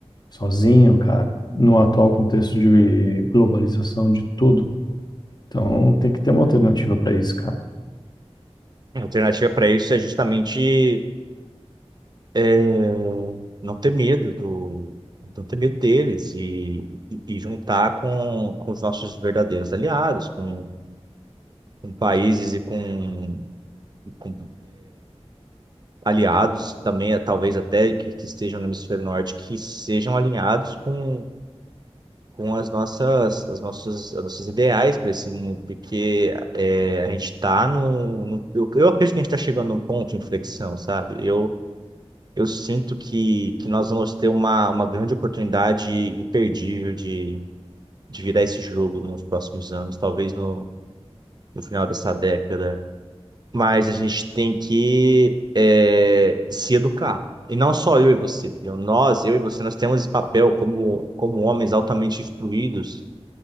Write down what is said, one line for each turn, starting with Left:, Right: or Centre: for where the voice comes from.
Left: sozinho, cara, no atual contexto de globalização de tudo? Então, tem que ter uma alternativa para isso, cara.
Right: A alternativa para isso é justamente é, não ter medo do, não ter medo deles e, e, e juntar com, com os nossos verdadeiros aliados, com, com países e com e com aliados também, eh, talvez até que, que estejam no hemisfério norte, que sejam alinhados com, com as nossas, as nossas, as nossas ideais para esse mundo, porque eh, a gente está num, num- eu, eu acredito que a gente está chegando num ponto de inflexão, sabe? Eu, eu sinto que, que nós vamos ter uma, uma grande oportunidade imperdível de, de virar esse jogo nos próximos anos, talvez no, no final dessa década. Mas a gente tem que é, se educar. E não só eu e você, entendeu? Nós, eu e você, nós temos esse papel como, como homens altamente instruídos